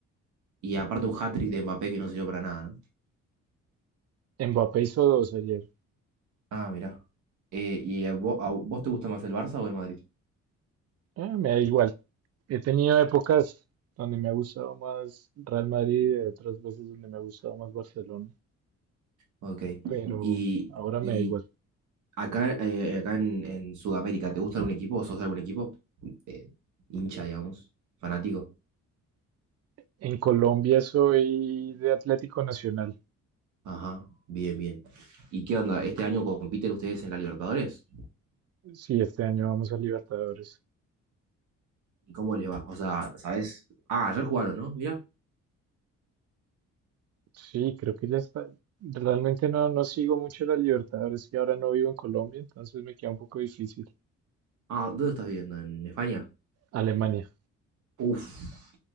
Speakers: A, on the right (about 75°); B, on the right (about 55°).
A: Y aparte un hat-trick de Mbappé que no sirvió para nada, ¿no?
B: Mbappé hizo dos ayer.
A: Ah, mirá. Eh, ¿y a vo- a vos te gusta más el Barça o el Madrid?
B: Ah, me da igual. He tenido épocas donde me ha gustado más Real Madrid y otras veces donde me ha gustado más Barcelona,
A: Ok.
B: pero
A: Y,
B: ahora me
A: y
B: da igual.
A: acá, eh, acá en, en Sudamérica, ¿te gusta algún equipo o sos de algún equipo? Eh, hincha, digamos, fanático.
B: En Colombia soy de Atlético Nacional.
A: Ajá, bien, bien. ¿Y qué onda? ¿Este año compiten ustedes en la Libertadores?
B: Sí, este año vamos a Libertadores.
A: ¿Y cómo les va? O sea, ¿sabes? Ah, ayer jugaron, ¿no? Mirá.
B: Sí, creo que ya está. Realmente no, no sigo mucho las Libertadores y ahora no vivo en Colombia, entonces me queda un poco difícil
A: Ah, ¿dónde estás viviendo? ¿En España?
B: Alemania,
A: Uf,